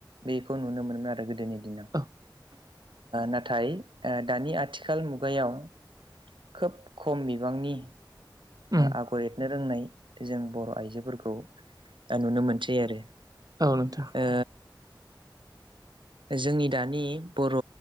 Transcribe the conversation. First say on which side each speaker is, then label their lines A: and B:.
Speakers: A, on the right; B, on the right.
A: बेखौ नुनो मोनोमोन आरो गोदोनि दिनाव
B: औ
A: नाथाय दानि आथिखाल मुगायाव खोब खम बिबांनि
B: उम
A: आगर एरनो रोंनाय जों बर' आइजोफोरखौ दा नुनो मोनसै आरो
B: औ नोंथां
A: ओ जोंनि दानि बर'